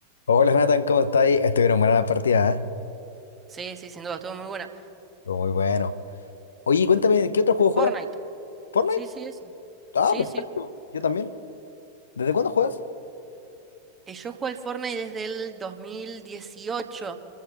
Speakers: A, on the left (about 70°); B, on the right (about 20°).
A: Hola Nathan, ¿cómo estáis? Estuvieron buenas las partidas, ¿eh?
B: Sí, sí, sin duda, estuvo muy buena.
A: Estuvo muy bueno. Oye, cuéntame, ¿qué otro juego
B: El Fortnite.
A: juegas? ¿Fortnite?
B: Sí, sí, eso.
A: Ah,
B: Sí,
A: perfecto.
B: sí.
A: Yo también. ¿Desde cuándo juegas?
B: Eh, yo juego al Fortnite desde el 2018,